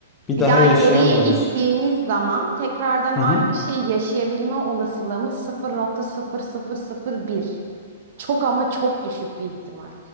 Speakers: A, on the left (about 20°); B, on the right (about 50°).
A: bir
B: Bir
A: daha
B: daha
A: yaşayamıyoruz.
B: geriye gittiğimiz zaman tekrardan
A: Hı
B: aynı
A: hı.
B: şeyi yaşayabilme olasılığımız sıfır nokta sıfır sıfır sıfır nokta bir. Çok ama çok düşük bir ihtimal.